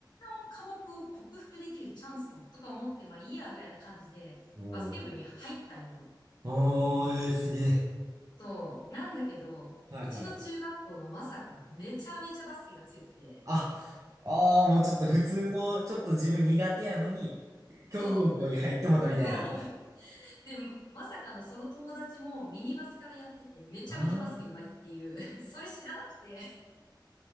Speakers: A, on the left; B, on the right.
A: の科目を克服できるチャンスかも、とか思って、まあいいやぐらいな感じで、
B: おー
A: バスケ部に入ったんよ。
B: おー、えー、すげえ。
A: そう。なんだけど、
B: はいはい。
A: うちの中学校がまさかめちゃめちゃバスケが強くて。
B: あ、ああ、もうちょっと普通の、ちょっと自分苦手やのに、強豪校に入ってもうたみたいな。
A: そう。そう。で、まさかのその友達もミニバスからやっててめちゃめちゃバスケ上手いっていう、
B: ああ、
A: <laughs> それ知らなくて。